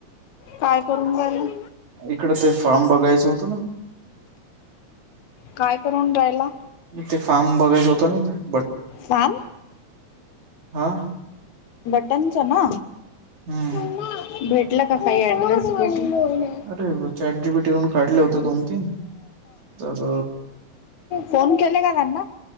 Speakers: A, on the left; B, on the right.
A: काय करून राहिली.
B: इकडं ते फार्म बघायचं होतं ना.
A: काय करून राहायला.
B: ते फार्म बघायच होतं ना ते ब
A: फॉम.
B: हा.
A: बटनच ना
B: हम्म
A: भेटल का काही ऍड्रेस भेट
B: अरे चॅट जी बी ठेवून काढले होते दोन तीन तर
A: फोन केले का त्यांना